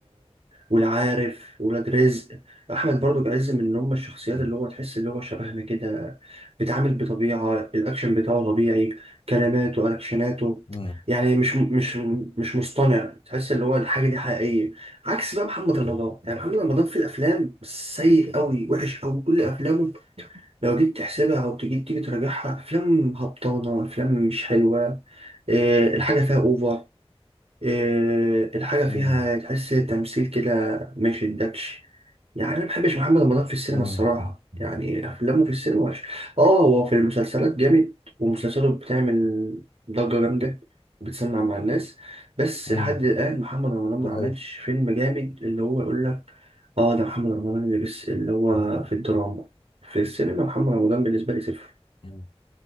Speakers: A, on the right (about 65°); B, on the left (about 60°).
A: والعارف ولاد رزق احمد برضو عز من هم الشخصيات
B: مم.
A: اللي هو تحس اللي هو شبهنا كده بيتعامل بطبيعه الاكشن بتاعه طبيعي كلماته اكشناته
B: مم.
A: يعني مش مش مش مصطنع تحس اللي هو الحاجه دي حقيقيه عكس بقى محمد رمضان يعني محمد رمضان في الافلام سيء قوي وحش قوي كل افلامه لو جيت تحسبها او تجي تيجي تراجعها افلام هبطانه افلام مش حلوه إيه الحاجه فيها اوفر إيه الحاجه
B: مم.
A: فيها تحس تمثيل كده ما يشدكش يعني انا ما بحبش محمد رمضان في السينما
B: مم.
A: الصراحه يعني افلامه في السينما وحش اه هو في المسلسلات جامد ومسلسلاته بتعمل ضجه جامده وبتسمع مع الناس بس
B: مم.
A: لحد الان محمد رمضان ما
B: ده
A: عملش فيلم جامد اللي هو يقول لك اه ده محمد رمضان اللي بس اللي هو في الدراما في السينما محمد رمضان بالنسبة لي صفر
B: حقيقي